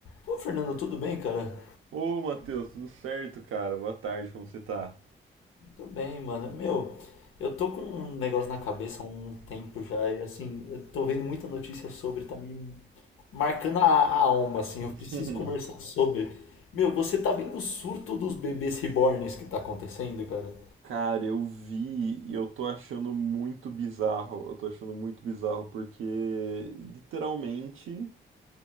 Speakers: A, on the left; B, on the right.
A: Ô, Fernando, tudo bem, cara?
B: Ô, Matheus, tudo certo, cara? Boa tarde, como você tá?
A: Tudo bem, mano. Meu, eu tô com um negócio na cabeça há um tempo já e assim, eu tô vendo muita notícia sobre, tá me marcando a, a alma, assim,
B: <laughs>
A: eu preciso conversar sobre. Meu, você tá vendo o surto dos bebês reborns que tá acontecendo, cara?
B: Cara, eu vi e eu tô achando muito bizarro. Eu tô achando muito bizarro porque, literalmente,